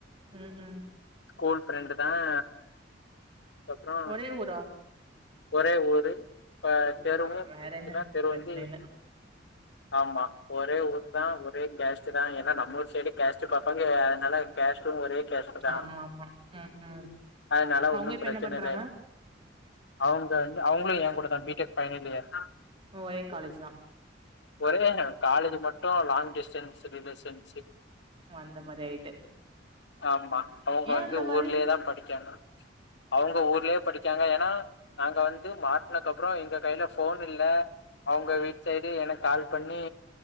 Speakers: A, on the right; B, on the left.
A: ம் ம்
B: ஸ்கூல் ஃப்ரெண்ட்டு தா <inaudible> கப்றோ
A: ஒரே ஊரா
B: ஒரே ஊரு
A: ஆமா
B: தெருவு இருந்துச்சுன்னா
A: வேற என்ன
B: தெரு
A: பிரச்சன
B: வந்து
A: இல்ல
B: ஆமா ஒரே ஊர் தா ஒரே கேஸ்ட்டு தா ஏன்னா நம்ம ஊர் சைட் கேஸ்ட் பாப்பாங்க அதனால கேஸ்ட்டு ஒரே கேஸ்ட்டுதா
A: ஆமா ஆமா ம் ம்
B: அதனால
A: அவுங்க
B: ஒன்னு
A: இப்ப
B: பிரச்சன
A: என்ன பண்றாங்க
B: இல்ல அவங்க வந்து அவங்களு ஏ கூட தா பி டெக் பைனல் இயர்
A: ஒரே காலேஜ் தா
B: ஒரே காலேஜ் மட்டு லாங் டிஸ்டன்ஸ் ரிலேஷன்ஷிப்
A: அந்த மாரி ஆயிட்டு
B: ஆமா அவங்க
A: ஏ
B: வந்து
A: அந்த மாரி
B: ஊர்லயே தா படிக்காங்க அவங்க ஊர்லயே படிக்காங்க ஏன்னா நாங்க வந்து மா ட்னக்கப்பறோ எங்க கைல ஃபோன் இல்ல அவங்க வீட் சைடு எனக்கு கால் பண்ணி